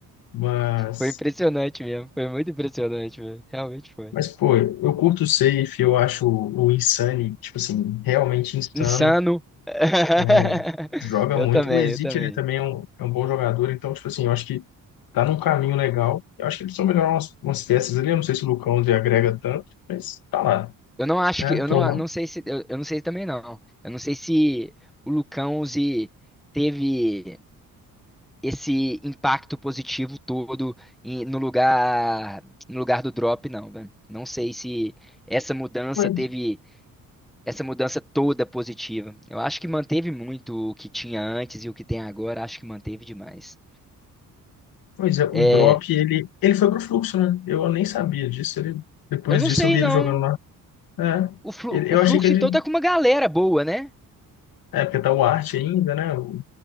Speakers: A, on the left (about 80°); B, in the centre.
A: mas,
B: Foi impressionante mesmo. Foi muito impressionante, velho. Realmente foi.
A: mas pô, eu curto o Seif, eu acho o, o Insane, tipo assim, realmente insano,
B: Insano. <laughs>
A: né? joga
B: Eu
A: muito.
B: também,
A: O Ezequiel,
B: eu também.
A: ele também é um, é um bom jogador, então, tipo assim, eu acho que tá num caminho legal. Eu acho que eles precisam melhorar umas, umas peças ali. Eu não sei se o Lucão ele agrega tanto, mas tá lá,
B: Eu não acho
A: né?
B: que. Eu
A: Toma.
B: não, não sei se. Eu, eu não sei também, não. Eu não sei se o Lucão se teve esse impacto positivo todo em- no lugar, no lugar do drop, não, velho. Não sei se essa mudança
A: Pois,
B: teve essa mudança toda positiva. Eu acho que manteve muito o que tinha antes e o que tem agora. Acho que manteve demais.
A: pois é, o
B: É,
A: Drop, ele, ele foi pro fluxo, né? Eu nem sabia disso. Ele, depois
B: Eu não
A: disso
B: sei,
A: eu vi
B: não.
A: ele jogando lá. É,
B: O, flu-
A: ele-
B: o
A: eu
B: Fluxo,
A: achei que ele.
B: então, tá com uma galera boa, né?
A: É, porque tá o Arte ainda, né? O,